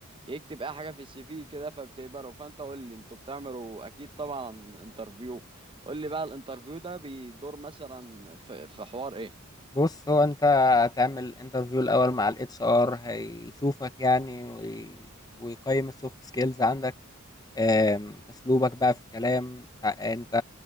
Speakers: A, on the right; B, on the left.
A: يكتب اي حاجه في السي في كده فبتقبله فانت قول لي انتوا بتعملوا اكيد طبعا انترفيو قول لي بقى الانترفيو ده بيدور مثلا في, في حوار ايه
B: بُص، هو أنت هتعمل interview الأول مع الHR هيشوفك يعني وي ويقيّم الsoft skills عندك، آمم، أسلوبك بقى في الكلام، ت أنت